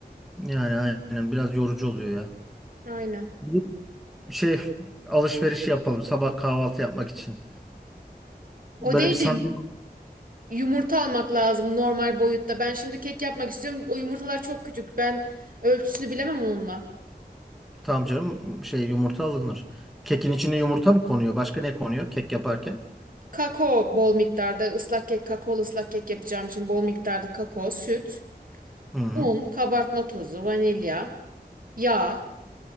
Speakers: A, in the centre; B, on the right.
A: Yani aynen biraz yorucu oluyor ya.
B: Aynen.
A: Bir şey alışveriş yapalım sabah kahvaltı yapmak için.
B: O
A: Böyle
B: değil
A: bir sandviç
B: de yumurta almak lazım normal boyutta. Ben şimdi kek yapmak istiyorum. O yumurtalar çok küçük. Ben ölçüsünü bilemem onunla.
A: tamam canım şey yumurta alınır. Kekin içine yumurta mı konuyor? Başka ne konuyor kek yaparken?
B: Kakao bol miktarda ıslak kek, kakaolu ıslak kek yapacağım için bol miktarda kakao, süt,
A: Hı.
B: un, kabartma tozu, vanilya, yağ.